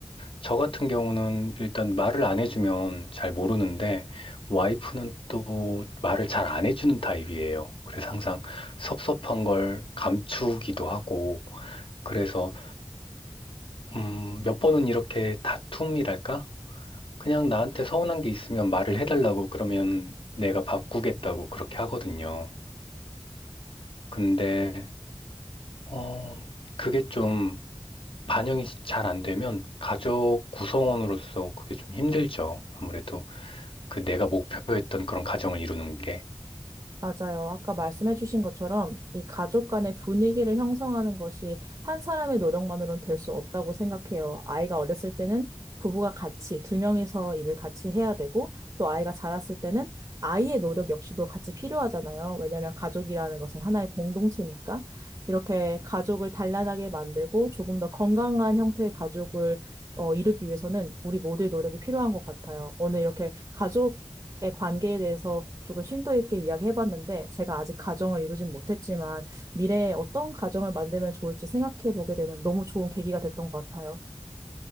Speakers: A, on the left (about 70°); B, on the right (about 40°).
A: 저 같은 경우는 일단 말을 안 해주면 잘 모르는데, 와이프는 또 말을 잘 안 해주는 타입이에요. 그래서 항상 섭섭한 걸 감추기도 하고, 그래서, 음, 몇 번은 이렇게 다툼이랄까? 그냥 나한테 서운한 게 있으면 말을 해달라고 그러면 내가 바꾸겠다고 그렇게 하거든요. 근데, 어, 그게 좀 반영이 잘 안 되면 가족 구성원으로서 그게 좀 힘들죠. 아무래도 그 내가 목표했던 그런 가정을 이루는 게.
B: 맞아요. 아까 말씀해주신 것처럼 이 가족 간의 분위기를 형성하는 것이 한 사람의 노력만으로는 될 수 없다고 생각해요. 아이가 어렸을 때는 부부가 같이 두 명이서 일을 같이 해야 되고 또 아이가 자랐을 때는 아이의 노력 역시도 같이 필요하잖아요. 왜냐하면 가족이라는 것은 하나의 공동체니까 이렇게 가족을 단란하게 만들고 조금 더 건강한 형태의 가족을 어, 이루기 위해서는 우리 모두의 노력이 필요한 것 같아요. 오늘 이렇게 가족 관계에 대해서 조금 심도 있게 이야기해봤는데 제가 아직 가정을 이루진 못했지만 미래에 어떤 가정을 만들면 좋을지 생각해보게 되는 너무 좋은 계기가 됐던 것 같아요.